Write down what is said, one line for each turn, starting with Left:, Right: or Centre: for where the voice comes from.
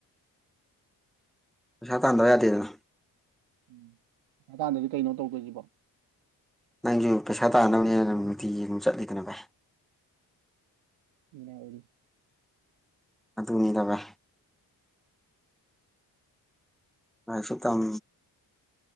Centre: ꯄꯁꯥ ꯇꯗꯋꯥ ꯇꯗꯅ
Right: ꯎꯝ ꯑꯗꯨꯀꯥꯟꯗꯗꯤ ꯀꯩꯅꯣ ꯇꯧꯗꯣꯏꯁꯤꯕꯣ
Centre: ꯅꯪꯁꯨ ꯄꯩꯁꯥ ꯇꯥꯍꯅꯕꯅꯦꯅ ꯅ ꯅꯨꯡꯇꯤꯒꯤ ꯑꯗꯨꯝ ꯆꯠꯂꯤꯗꯅ ꯚꯥꯏ
Right: ꯑꯣꯏ
Centre: ꯑꯗꯨꯅꯤꯗꯕ ꯉꯁꯨ ꯇꯝ